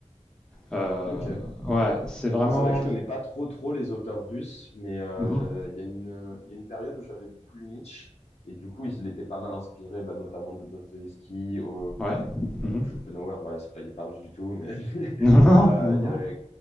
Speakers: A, in the centre; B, on the left.
A: Euh,
B: Ok.
A: ouais, c'est vraiment...
B: Bah, C'est vrai que je connais pas trop trop les auteurs russes, mais euh,
A: Mhm.
B: j'avais, il y a une, il y a une période où j'avais beaucoup lu Nietzsche, et du coup, il était pas mal inspiré, bah, notamment de Dostoïevski, au,
A: Ouais.
B: euh,
A: Mhm.
B: Schopenhauer,
A: <laughs>
B: bah, c'est pas, il est pas russe du tout, mais <laughs>
A: Non, non,
B: euh,
A: non,
B: il y
A: non.
B: avait.